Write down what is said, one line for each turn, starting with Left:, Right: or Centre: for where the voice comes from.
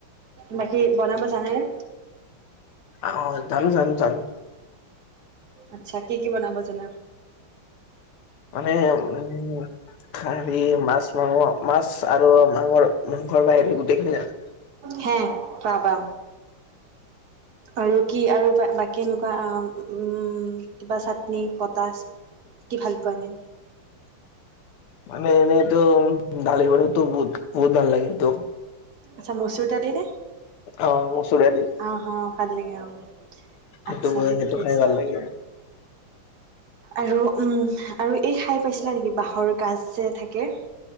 Right: বাকি বনাব জানেনে?
Left: অঁ জানো জানো জানো।
Right: আচ্ছা, কি কি বনাব জানা?
Left: মানে উম সাৰি মাছ মাংস, মাছ আৰু মাঙৰ মাংসৰ বাহিৰে গোটেইখিনি আন
Right: হে বা বা আৰু কি আৰু বাকী এনেকুৱা উম কিবা চাটনি পটাচ কি ভাল পোৱা এনে
Left: মানে এনেইতো দালি বৰতো বহুত বহুত ভাল লাগে এইটো
Right: আচ্ছা মচুৰ দালি নে
Left: অ মচুৰ দালি
Right: অ অ ভাল লাগে অ
Left: সেইটো
Right: আচ্ছা
Left: হয়
Right: ঠিকে
Left: সেইটো খাই
Right: আছে
Left: ভাল লাগে
Right: আৰু উম আৰু এই খাই পাইছিলা নেকি বাঁহৰ গাজ যে থাকে